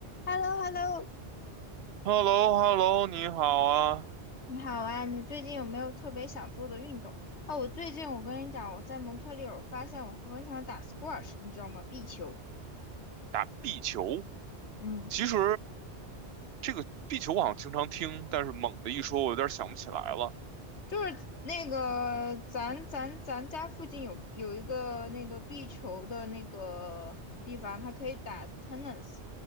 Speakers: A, on the left; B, on the right.
A: h e l l o h e l l o
B: h e l l o h e l l o 你好啊！
A: 你好啊！你最近有没有特别想做的运动？啊，我最近我跟你讲，我在蒙特利尔发现我很想打 squash，你知道吗？壁球，
B: 打壁球，
A: 嗯，
B: 其实这个壁球我好像经常听，但是猛的一说，我有点想不起来了
A: 就是那个咱咱咱家附近有有一个那个壁球的那个地方，它可以打 tennis，